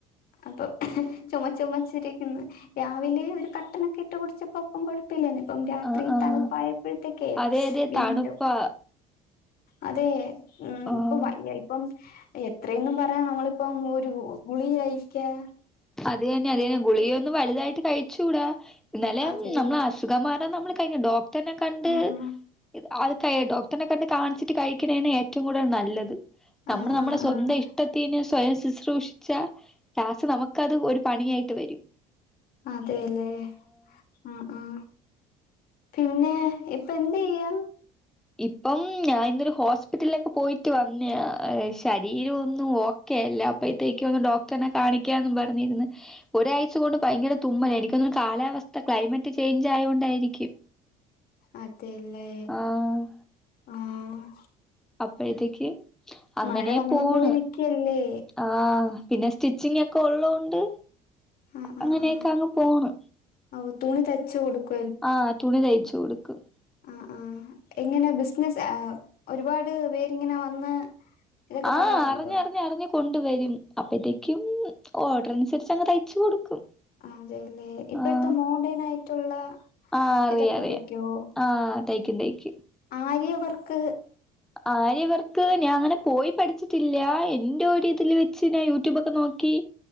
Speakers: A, on the left; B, in the centre.
A: അപ്പോ <unintelligible> ചൊമച്ചിരിക്കിന്ന് രാവിലെ ഒരു കട്ടനൊക്കെ ഇട്ട് കുടിച്ചപ്പോ അപ്പ കൊഴപ്പയില്ലന്ന് ഇപ്പം രാത്രി
B: ആഹ് ആഹ്
A: തണുപ്പായപ്പഴത്തേക്കെ
B: അതെ അതെ
A: വീണ്ടും
B: തണുപ്പാ
A: അതെ ഉം
B: ആഹ്
A: ഇപ്പം വയ്യായി ഇപ്പം എത്രേന്നും പറയാ നമ്മളിപ്പം ഒരു ഗു ഗുളിക കഴിക്ക്യാ
B: അതിയന്നെ അധികം ഗുളികയൊന്നും വലുതായിട്ട് കഴിച്ചൂടാ എന്നാലേം
A: അതെ
B: നമ്മളെ അസുഖം മാറാൻ നമ്മളെ കയ്യും ഡോ ക്ടനെ കണ്ട്
A: ആഹ് ആഹ്
B: ഇത് <unintelligible> ഡോക്ടറ്നെ കണ്ട് കാണ്ച്ചിട്ട് കഴിക്ക്ണേന്നെ ഏ റ്റവും കൂടുതല് നല്ലത് ഞമ്മള്
A: ആഹ്
B: ഞമ്മളെ
A: ആഹ്
B: ഇഷ് സ്വന്തം
A: ആഹ്
B: ഇഷ്ടത്തിന് സ്വയം ശുശ്രൂഷിച്ചാ ലാസ്റ്റ് നമ്മ ക്കത് ഒരു പണിയായിട്ട് വെരും
A: അതെല്ലേ ഉം ഉം പിന്നെ ഇപ്പ എന്തെയ്യാ
B: ഇപ്പം ഞാൻ ഇന്നൊരു ഹോസ്പിറ്റലിലൊക്കെ പോയിട്ട് വന്നയാ ശരീരം ഒന്നും ഓ ക്കെഅല്ല അപ്പഴത്തേക്ക് ഒന്ന് ഡോക്ടറിനെ കാണിക്കാന്നും പറഞ്ഞിരിന്ന്. ഒരാഴ്ച കൊണ്ട് ഭയങ്കര തുമ്മലാ എനിക്ക് തോന്ന്ണു കാലാവസ്ഥ ക്ലൈമറ്റ് ചേഞ്ച് ആയോണ്ടായിരിക്കും.
A: അതേലേ
B: ആഹ്
A: ആഹ്.
B: അപ്പഴത്തേക്ക് അങ്ങനെ
A: മഴ വന്നും
B: പോണ്
A: പോയി നിക്കല്ലേ.
B: ആഹ് പിന്നെ സ്റ്റിച്ചിങ് ഒക്കെ ഉള്ളോണ്ട്
A: ആഹ്
B: അങ്ങനെയൊക്കെ
A: ആഹ് ആഹ്
B: അങ്ങ് പോണ്.
A: ഓഹ് തുണി തച്ചു കൊടുക്
B: ആഹ് തുണി തയ്ച്ചു കൊടുക്കും.
A: ആഹ് ആഹ് എങ്ങനെ ബിസിനസ് ഒരുപാട് പേരിങ്ങനെ വന്ന്. ഇതൊക്കെ
B: ആഹ്
A: തരാറുണ്ടോ
B: അറിഞ്ഞറിഞ്ഞറിഞ്. കൊണ്ടുവരും അപ്പഴത്തേക്കും ഓർഡർ അനുസരിച്ച് അങ് തയ്ച്ചു കൊടുക്കും.
A: അതെല്ലേ ഇപ്പഴത്തെ
B: ആഹ്
A: മോഡേൺ ആയിട്ടുള്ള
B: ആഹ് അറിയാം
A: ഇതൊക്കെ
B: അറിയാം
A: തയ്ക്കോ.
B: ആഹ് തയ്ക്കും തയ്ക്കും.
A: ആര്യ വർക്ക്.
B: ആര്യ വർക്ക് ഞാൻ അങ്ങനെ പോയി പഠിച്ചിട്ടില്ല എന്റെ ഒരിതില് വെച്ച് ഞാൻ യൂട്യൂബൊക്കെ നോക്കി.